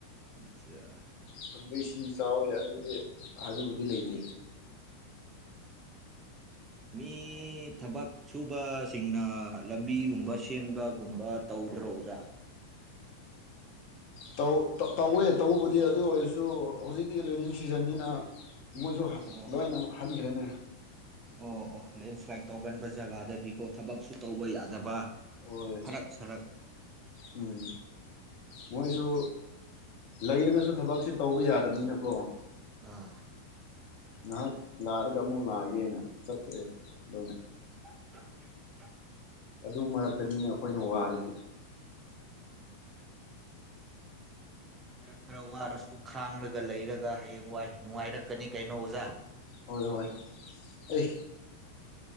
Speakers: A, on the right; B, on the left.
A: ꯆꯥ
B: ꯈꯨꯟꯗ ꯏꯁꯤꯡ ꯆꯥꯎꯋꯦ ꯑꯗꯨꯒꯤ ꯍꯥꯏꯕꯕꯨꯗꯤ ꯂꯩꯇꯦ
A: ꯃꯤ ꯊꯕꯛ ꯁꯨꯕꯁꯤꯡꯅ ꯂꯝꯕꯤꯒꯨꯝꯕ ꯁꯦꯝꯕꯒꯨꯝꯕ ꯇꯧꯗ꯭ꯔꯣ ꯑꯣꯖꯥ
B: ꯇꯧ ꯇꯧꯋꯦ ꯇꯧꯕꯕꯨꯗꯤ ꯑꯗꯨ ꯑꯣꯏꯔꯁꯨ ꯍꯧꯖꯤꯛꯀꯤ ꯔꯦꯅꯤꯡ ꯁꯤꯖꯟꯅꯤꯅ ꯃꯣꯏꯁꯨ ꯍꯟ
A: ꯑꯣ
B: ꯂꯣꯏꯅ ꯍꯟꯈ꯭ꯔꯦꯅꯦ
A: ꯑꯣ ꯑꯣ ꯂꯦꯟꯁ꯭ꯂꯥꯏꯠ ꯇꯧꯒꯟꯕ ꯖꯒꯥꯗꯗꯤ <unintelligible> ꯊꯕꯛꯁꯨ ꯇꯧꯕ ꯌꯥꯗꯕ
B: ꯍꯣꯏ
A: ꯐꯔꯛ ꯁꯔꯛ
B: ꯎꯝ ꯃꯣꯏꯁꯨ ꯂꯩꯔꯒꯁꯨ ꯊꯕꯛꯁꯦ ꯇꯧꯕ ꯌꯥꯗꯕꯅꯤꯅꯀꯣ
A: ꯑꯥ
B: ꯉꯍꯥꯛ ꯂꯥꯛꯑꯒ ꯑꯃꯨꯛ ꯂꯥꯛꯑꯒꯦꯅ ꯆꯠꯈ꯭ꯔꯦ ꯑꯗꯨꯅ
A: <unintelligible> <inaudible>
B: ꯑꯗꯨ ꯃꯔꯛꯇꯅꯤꯅꯦ ꯑꯩꯈꯣꯏꯅ ꯋꯥꯔꯤꯁꯦ
A: ꯎꯝ ꯈꯔ ꯈꯔ ꯋꯥꯔꯁꯨ ꯈꯥꯡꯔꯒ ꯂꯩꯔꯒ ꯍꯌꯦꯡ ꯋꯥꯏ ꯅꯨꯡꯉꯥꯏꯔꯛꯀꯅꯤ ꯀꯩꯅꯣ ꯑꯣꯖꯥ
B: ꯍꯣꯏ ꯍꯣꯏ ꯑꯦ